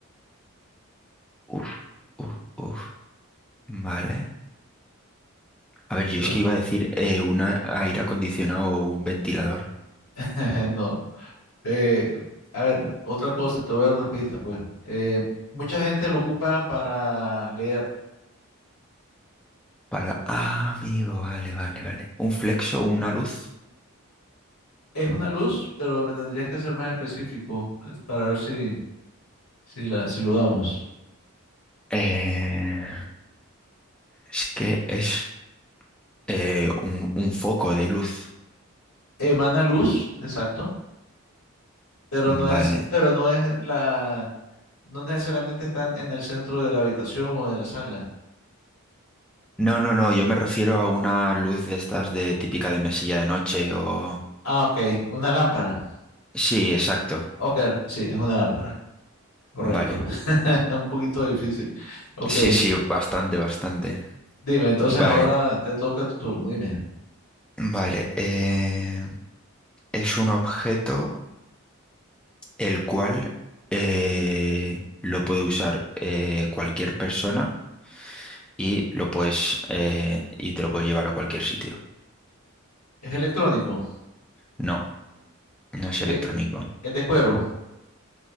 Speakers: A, in the centre; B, on the left.
A: Uf, uf, uf. Vale. A ver, yo
B: Entonces,
A: es que iba a decir eh, un a- aire acondicionado o un ventilador.
B: <laughs> No. Eh, a ver, otra cosa, te voy a dar otra pista, pues. Eh, mucha gente lo ocupa para leer.
A: Para. Ah, amigo, vale, vale, vale. ¿Un flexo o una luz?
B: Es una luz, pero me tendrías que ser más específico eh, para ver si, si, la, si lo damos.
A: Eh, es que es eh, un, un foco de luz.
B: Emana luz, exacto. pero
A: Vale.
B: no es, pero no es la, no necesariamente están en el centro de la habitación o de la sala.
A: No, no, no, yo me refiero a una luz de estas de típica de mesilla de noche o...
B: Ah, ok, una lámpara.
A: Sí, exacto.
B: Ok, sí, es una lámpara, correcto.
A: Vale.
B: <laughs> Un poquito difícil. Ok,
A: Sí, sí, bastante, bastante.
B: dime, entonces
A: Vale.
B: ahora te toca tu turno, dime.
A: Vale, eh, es un objeto el cual eh, lo puede usar eh, cualquier persona y lo puedes eh, y te lo puedes llevar a cualquier sitio.
B: ¿Es electrónico?
A: No, no es
B: ¿Es
A: electrónico.
B: de, es de cuero?